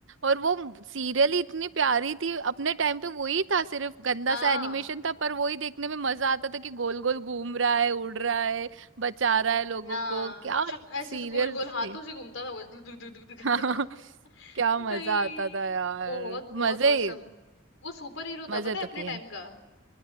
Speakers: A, on the right; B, on the left.
A: और वो सीरियल ही इतनी प्यारी थी अपने टाइम पे वही था सिर्फ गंदा
B: हाँ
A: सा एनिमेशन था पर वही देखने में मजा आता था कि गोल गोल घूम रहा है उड़ रहा है बचा रहा है लोगों
B: हाँ
A: को क्या
B: शक, ऐसे
A: सीरियल
B: ऐसे गोल गोल
A: थी
B: हाथों से घूमता था वो दुक दुक दुक दुक दुक
A: <laughs>
B: करता हुआ।
A: क्या मजा
B: भाई
A: आता था यार
B: बहुत बहुत
A: मजे
B: औसम
A: ही-
B: वो सुपर हीरो
A: मजे
B: था पता है
A: तो
B: अपने
A: किए
B: टाइम का